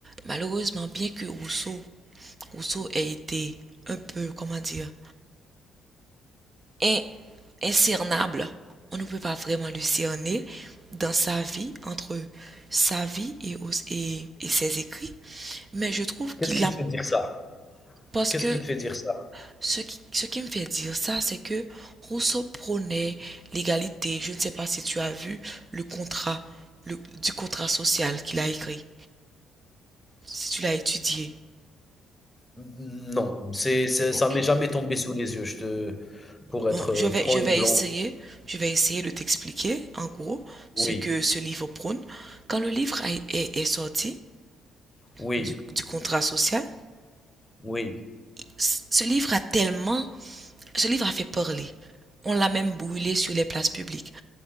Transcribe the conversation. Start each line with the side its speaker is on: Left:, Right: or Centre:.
Right: malheureusement bien que Rousseau Rousseau ait été un peu comment dire in- incernable. On ne peut pas vraiment le cerner dans sa vie, entre sa vie et, et, et ses écrits. Mais je trouve
Left: Qu'est-ce
Right: qu'il
Left: qui
Right: a...
Left: te fait dire ça?
Right: Parce
Left: Qu'est-ce
Right: que
Left: qui te fait dire ça?
Right: ce qui, ce qui me fait dire ça, c'est que Rousseau prônait l'égalité. Je ne sais pas si tu as vu le contrat, le, du contrat social qu'il a écrit, si tu l'as étudié.
Left: Non, c'est, c'est-
Right: Ok.
Left: ça m'est jamais tombé sous les yeux, je te, pour être
Right: Bon, je
Left: euh,
Right: vais,
Left: franc
Right: je
Left: et
Right: vais
Left: blanc.
Right: essayer, je vais essayer de t'expliquer en gros
Left: Oui,
Right: ce que ce livre prône. Quand le livre a- est, est sorti,
Left: oui,
Right: du, du contrat social,
Left: oui,
Right: ce livre a tellement, ce livre a fait parler. On l'a même brûlé sur les places publiques.